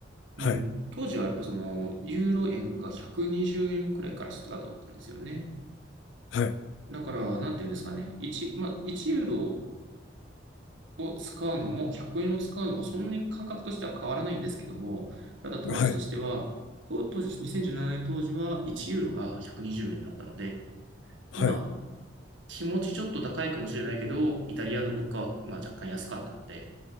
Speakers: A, on the left (about 80°); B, on the right (about 85°).
A: はい。
B: うん、当時はやっぱそのユーロ円が120円くにじゅうえんくらいからスタートだったんですよね。
A: はい。
B: だから、なんていうんですかね、1、まあ、1ユーロを使うのも100円を使うのもそんなに感覚としては変わらないんですけども、ただ当時としては、
A: はい。
B: 当当時、2017年当時は1ユーロが120円だったので、
A: はい。
B: まあ、気持ちちょっと高いかもしれないけど、イタリアの物価はまあ若干安かったので、